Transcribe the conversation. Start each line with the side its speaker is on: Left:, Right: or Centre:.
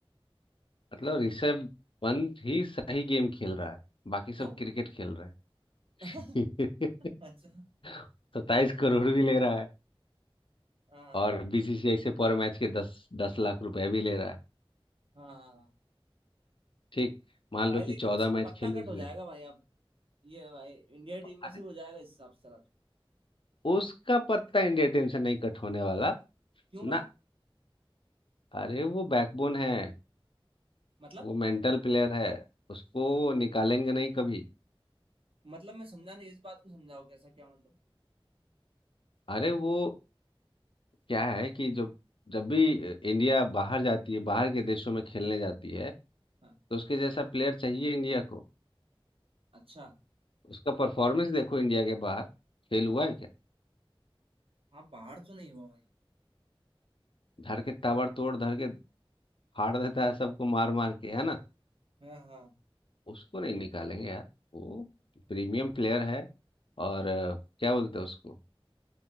Left: मतलब ऋषभ पंत ही सही गेम खेल रहा है बाकी सब
Right: क्यों
Left: क्रिकेट खेल रहे
Right: <laughs>
Left: हैं
Right: अच्छा
Left: <laughs> सत्ताईस करोड़ भी ले रहा
Right: हाँ
Left: और बीसीसीआई से पर मैच के दस दस लाख रुपए भी ले रहा है
Right: हाँ
Left: ठीक मान
Right: भाई
Left: लो
Right: लेकिन
Left: कि चौदह
Right: उसका
Left: मैच
Right: पत्ता
Left: खेले
Right: कट
Left: उसने
Right: हो जाएगा भाई अब ये भाई इंडिया
Left: तो
Right: टीम में
Left: अरे
Right: से हो जाएगा इस हिसाब से रख।
Left: उसका पत्ता इंडिया टीम से नहीं कट होने वाला
Right: क्यों भाई
Left: ना अरे वो बैकबोन है
Right: मतलब
Left: वो मेंटल प्लेयर है उसको निकालेंगे नहीं कभी
Right: मतलब मैं समझा नहीं इस बात को समझाओ कैसा क्या मतलब
Left: अरे वो क्या है कि जब जब भी इंडिया बाहर जाती है बाहर के देशों में खेलने जाती है
Right: हाँ
Left: तो उसके जैसा प्लेयर चाहिए इंडिया को
Right: अच्छा
Left: उसका परफॉर्मेंस देखो इंडिया के बाहर फेल हुआ है क्या
Right: हाँ बाहर तो नहीं हुआ भाई
Left: धर के ताबड़तोड़ धर के फाड़ देता है सबको मार मार के है ना
Right: हाँ हाँ
Left: उसको नहीं निकालेंगे यार वो प्रीमियम प्लेयर है और अ, क्या बोलते हैं उसको